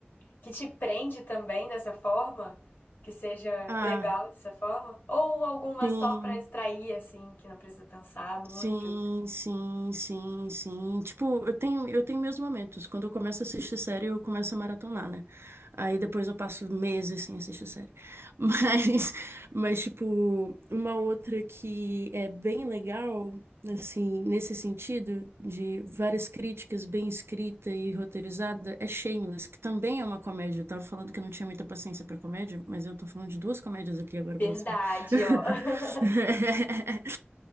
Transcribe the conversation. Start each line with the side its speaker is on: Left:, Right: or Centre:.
Left: que te prende também dessa forma, que seja
Right: ah,
Left: legal dessa forma? Ou alguma
Right: sim.
Left: só para extrair, assim, que não precisa pensar muito?
Right: Sim, sim, sim, sim. Tipo, eu tenho, eu tenho meus momentos. Quando eu começo a assistir série, eu começo a maratonar, né? Aí depois eu passo meses sem assistir série. <laughs> Mas, mas tipo, uma outra que é bem legal, assim, nesse sentido, de várias críticas bem escrita e roteirizada, é Shameless, que também é uma comédia. Eu tava falando que eu não tinha muita paciência pra comédia, mas eu tô falando de duas comédias aqui agora pra
Left: Verdade,
Right: você. <laughs>
Left: ó. <laughs>
Right: <laughs>